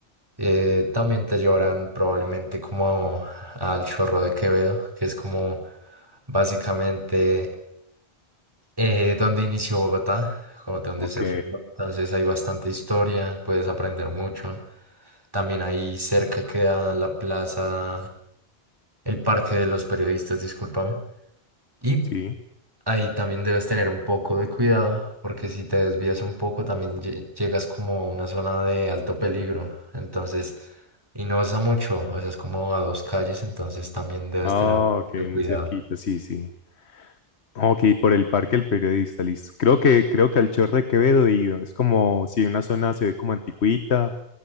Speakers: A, on the right (about 20°); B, on the left (about 75°).
A: Eh, también te llevarán probablemente como al Chorro de Quevedo, que es como básicamente eh, donde inició Bogotá, como donde
B: Ok,
A: se fundó. Entonces hay bastante historia, puedes aprender mucho. También ahí cerca queda la plaza, el Parque de los Periodistas, discúlpame. Y
B: sí.
A: ahí también debes tener un poco de cuidado, porque si te desvías un poco también lle- llegas como a una zona de alto peligro. Entonces, y no es a mucho, o sea, es como a dos calles, entonces también debes
B: Ah,
A: tener mucho
B: ok, muy
A: cuidado.
B: cerquita, sí, sí. Ok, por el Parque del Periodista, listo. Creo que, creo que al Chorro de Quevedo he ido. Es como, si una zona se ve como anticuita